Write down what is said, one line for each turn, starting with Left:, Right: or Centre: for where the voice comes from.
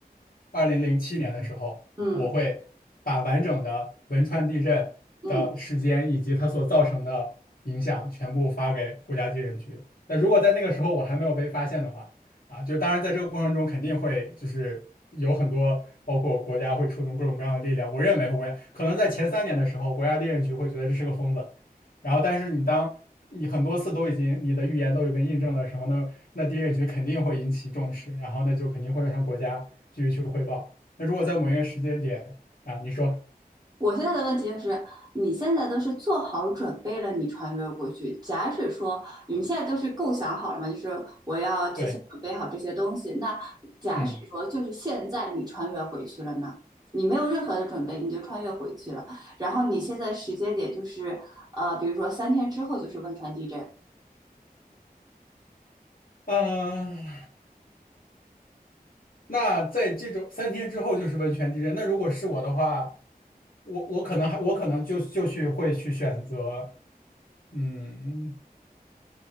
Left: 二零零七年的时候。
Right: 嗯。
Left: 我会把完整的汶川地震的时间以及它所造成的影响全部发给国家地震局。
Right: 嗯
Left: 那如果在那个时候我还没有被发现的话，啊，就当然在这个过程中肯定会就是有很多，包括国家会出动各种各样的力量。我认为会国家可能在前三年的时候，国家地震局会觉得这是个疯子，然后但是你当你很多次都已经你的预言都已被印证的时候那那地震局肯定会引起重视，然后那就肯定会向国家继续去汇报。那如果在某一个时间点啊，你说
Right: 我现在的问题就是，你现在都是做好准备了，你穿越过去。假使说你现在都是构想好了嘛，就是我要提前准备好这些东西。
Left: 对，
Right: 那假使说就是现在你穿越回去了呢，
Left: 嗯，
Right: 你没有任何的准备，你就穿越回去了。然后你现在时间点就是，呃，比如说三天之后就是汶川地震，
Left: 啊、那在这种三天之后就是温泉地震。那如果是我的话，我我可能还我可能就就去会去选择，嗯。